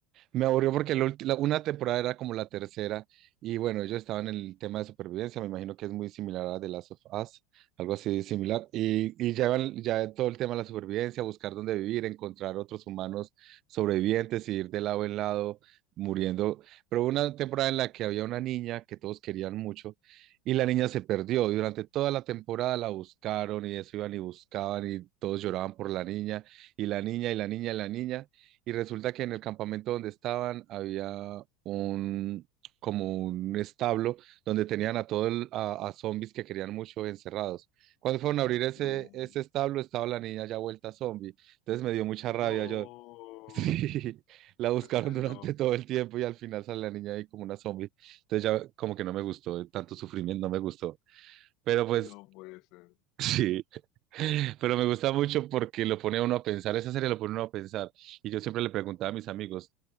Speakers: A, on the right; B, on the left.
A: Me aburrió porque la ulti- la- una temporada era como la tercera y bueno, ellos estaban en el tema de supervivencia, me imagino que es muy similar a The Last of Us, algo así similar, y, y ya, van- ya todo el tema de la supervivencia, buscar dónde vivir, encontrar otros humanos sobrevivientes y ir de lado en lado muriendo. Pero hubo una temporada en la que había una niña que todos querían mucho y la niña se perdió y durante toda la temporada la buscaron y eso iban y buscaban y todos lloraban por la niña y la niña y la niña y la niña. Y resulta que en el campamento donde estaban había un como un establo donde tenían a todo el- a, a zombies que querían mucho encerrados. Cuando fueron a abrir ese,
B: No,
A: ese establo, estaba la niña ya vuelta zombie. Entonces me dio mucha rabia.
B: no,
A: Yo, <laughs> sí, la buscaron
B: <laughs>
A: durante
B: no,
A: todo el tiempo y al final sale la niña ahí como una zombie. Entonces ya como que no me gustó, tanto sufrimiento no me gustó. Pero pues,
B: no puede
A: <laughs>
B: ser.
A: sí. Pero me gusta mucho porque lo pone a uno a pensar, esa serie lo pone a uno a pensar. Y yo siempre le preguntaba a mis amigos,